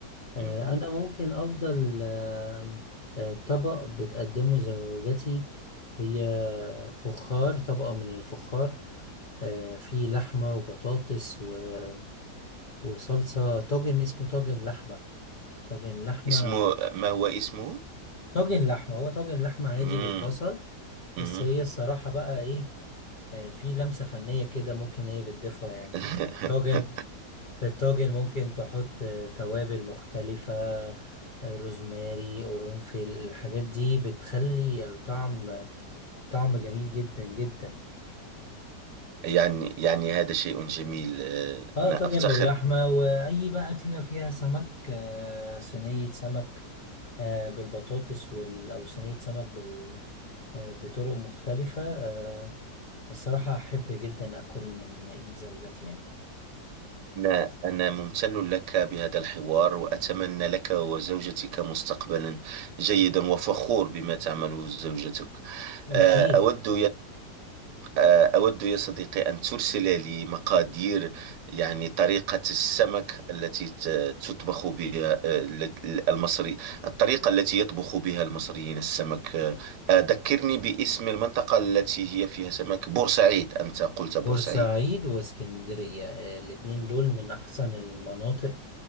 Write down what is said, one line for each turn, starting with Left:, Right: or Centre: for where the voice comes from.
Left: آه،
Right: مم.
Left: انا ممكن افضل آه، آه، طبق بتقدمه زوجتي هي فخار طبقة من الفخار آه، فيه لحمة وبطاطس و- وصلصة طاجن اسمه طاجن لحمة طاجن لحمة
Right: اسمه ما هو اسمه؟
Left: طاجن لحمة هو طاجن لحمة عادي
Right: مم.
Left: بالبصل
Right: مم.
Left: بس هي الصراحة بقى ايه آه، في لمسة فنية كده ممكن هي بتضيفها يعني
Right: <laughs>
Left: في الطاجن في الطاجن ممكن تحط آه، توابل مختلفة آه، روزماري قرنفل الحاجات دي بتخلي الطعم طعم جميل جدا جدا
Right: يعني يعني هذا شيء جميل آه،
Left: اه
Right: أنا
Left: طاجن
Right: أفتخر
Left: باللحمة وأي بقى أكلة فيها سمك آه، صينية سمك آه، بالبطاطس وال... أو صينية سمك بال... آه، بطرق مختلفة آه، الصراحة أحب جدا أكل من إيد زوجتي يعني
Right: أنا أنا ممتن لك بهذا الحوار وأتمنى لك وزوجتك مستقبلا جيدا وفخور بما تعمله زوجتك
Left: أكيد
Right: آه، أود آه، أود يا صديقي أن ترسل لي مقادير يعني طريقة السمك التي ت- تطبخ بها آه، ال- ال- المصري الطريقة التي يطبخ بها المصريين السمك آه، آه، ذكرني باسم المنطقة التي هي فيها سمك بورسعيد أنت قلت بورسعيد
Left: بورسعيد واسكندرية آه، الاتنين دول من أحسن المناطق